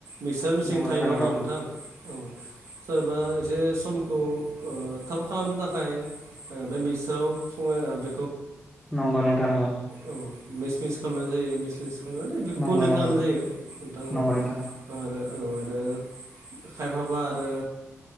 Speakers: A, on the right; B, in the centre.
A: मिक्सार मेचिन
B: नंगौ
A: थायो नामा
B: नंगौ
A: नोंथां औ सोरबा एसे समखौ थाब खालामनो थाखाय बे मिक्साराव संनाय
B: नंगौ नोंथां नंगौ
A: औ मिस मिस खालामनाय जायो मिसमिस खालाम मे बेखौ
B: नंगौ
A: गन्दो
B: नंगौ
A: खालामनाय जायो नोंथां
B: नंगौ
A: ओव आरो औ आरो खायफाबा आरो